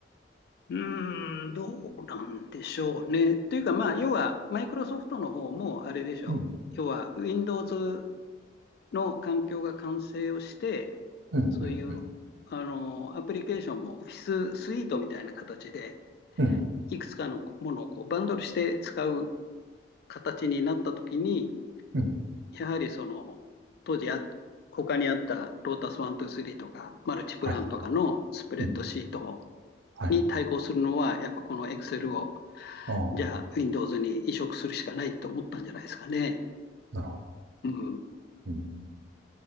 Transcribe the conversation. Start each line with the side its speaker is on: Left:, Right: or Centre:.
Left: うーん、どうなんでしょうね。というか、まあ、要は、マイクロソフトの方もあれでしょう。
Right: うん、
Left: 要は、Windows の環境が完成をして、
Right: うん、
Left: そういう
Right: うん、うん、
Left: あのアプリケーションもオフィススイートみたいな形で、
Right: うん、
Left: いくつかのものをこうバンドルして使う形になったときに、
Right: うん、
Left: やはりその当時あ、他にあったロータス123とかマルチプランとかのスプレッドシート
Right: はい、うん、はい。
Left: に対抗するのは、やっぱこの Excel を
Right: ああ、
Left: じゃあ Windows に移植するしかないと思ったんじゃないですかね。
Right: なるほど。
Left: うん
Right: うん、